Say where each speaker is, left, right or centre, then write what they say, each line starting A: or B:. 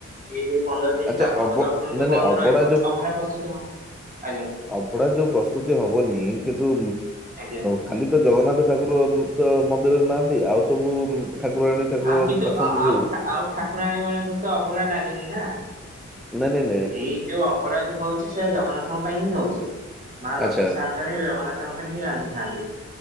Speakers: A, on the right; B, in the centre.
A: ଏଇ ଯୋ ପନ୍ଦର ଦିନ
B: ଆଚ୍ଛା
A: ଠାକୁରଙ୍କ
B: ଅବ
A: ଦର୍ଶନ
B: ନାଇଁ
A: ଯୋଉ ବନ୍ଦ
B: ନାଇଁ ଅବଢ଼ା
A: ରହିବ। ଅଭଢା ପ୍ରସ୍ତୁତ ହବ। ଆଜ୍ଞା
B: ଅଭଢା ଯୋଉ ପ୍ରସ୍ତୁତି ହବନି। କିନ୍ତୁ
A: ଆଜ୍ଞା
B: ଖାଲି ତ ଜଗନ୍ନାଥ ଠାକୁର ତ ମନ୍ଦିରରେ ନାହାନ୍ତି। ଆଉ ସବୁ ଠାକୁରାଣୀ ଠାକୁର
A: ଆଉ କିନ୍ତୁ
B: ଅଛନ୍ତି।
A: ଆଉ
B: ଯେଉଁ
A: ଆଉ ଠାକୁରାଣୀ ମାନଙ୍କୁ ତ ଅଭଢା ଲାଗେନି ନା।
B: ନାଇ ନାଇ
A: ଏଇ ଯୋଉ ଅଭଢା ଯୋଉ ହଉଛି। ସେ ଜଗନ୍ନାଥଙ୍କ ପାଇଁ ହିଁ ହଉଛି। ମା
B: ଆଚ୍ଛା
A: ଲକ୍ଷ୍ମୀ ସାଆନ୍ତେ ଜଗନ୍ନାଥଙ୍କ ପାଇଁ ହିଁ ରାନ୍ଧିଥାନ୍ତି।